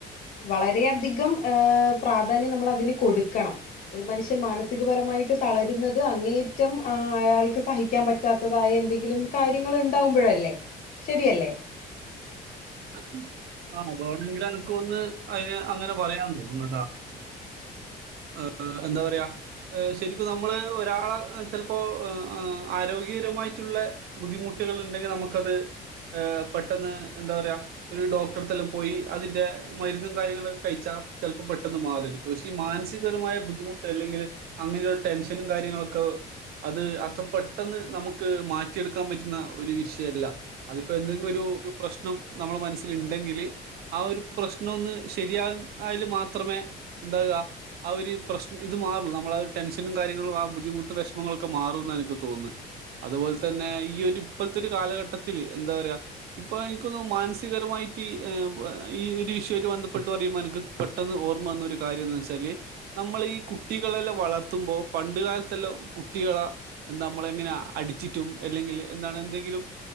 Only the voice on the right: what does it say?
<unintelligible> ആഹ് വേണങ്കില് അൻക്കൊന്ന് അയിനെ അങ്ങനെ പറയാൻ തോന്നും കേട്ടാ. <unintelligible> <unintelligible> എന്താ പറയാ ശരിക്കും നമ്മള് ഒരാളെ ചിലപ്പോ എ ഏഹ് ആരോഗ്യകരമായിട്ടു ള്ളെ ബുദ്ധിമുട്ടുകള് ഉണ്ടെങ്കിൽ നമുക്കത് പെട്ടെന്ന് എന്താ പറ്യാ ഒരു ഡോക്ടർത്തെല്ലാം പോയി അതിന്റെ മരുന്നും കാര്യങ്ങളൊക്കെ കഴിച്ചാ ചെലപ്പം പെട്ടെന്ന് മാറൂ ആരിക്കും. പക്ഷെ ഇ മ മാനസികപരമായ ബുദ്ധിമുട്ട് അല്ലെങ്കില് അങ്ങനെയുള്ള ടെൻഷനും കാര്യങ്ങളൊക്കെ അത് അത്ര പെട്ടെന്ന് നമുക്ക് മാറ്റിയെടുക്കാൻ പറ്റുന്ന ഒരു വിഷയല്ല അതിപ്പോ എന്തെങ്കിലും ഒരു ഒരു പ്രശ്നം നമ്മളേ മനസ്സില് ഇണ്ടെങ്കില് ആ ഒരു പ്രശ്നം ഒന്ന് ശരിയാക് ആയാൽ മാത്രമേ എ ന്താ ആ ഒരു പ്രശ് ഇത് മാറൂ നമ്മളെ ഒരു ടെൻഷനും കാര്യങ്ങളും ആ ബുദ്ധിമുട്ട് വിഷമങ്ങളോക്കെ മാറുന്ന എനിക്ക് തോ ന്നെ അതുപോലെ തന്നെ ഈ ഒരു ഇപ്പത്തൊരു കാലഘട്ടത്തില് എന്താ പറയാ ഇപ്പോ എനിക്ക് തോന്നു മാനസികപരമായിട്ട് ഈ ഒരു വിഷയമായിട്ട് ബന്ധപ്പെട്ട് പറയുമ്പോ എനിക്ക് പെട്ടെന്ന് ഓർമ്മ വന്ന ഒരു കാര്യ ന്താന്ന് വച്ചാല് നമ്മളി കുട്ടികളെല്ലാം വളർത്തുമ്പോ പണ്ട് കാലത്തെല്ലാം കുട്ടികള നമ്മള് എങ്ങനെ അടിച്ചിട്ടും അല്ലെങ്കില് എന്താണ് എന്തെങ്കിലും